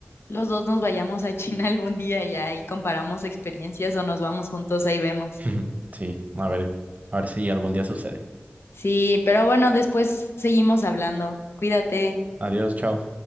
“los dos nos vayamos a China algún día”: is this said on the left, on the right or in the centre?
Left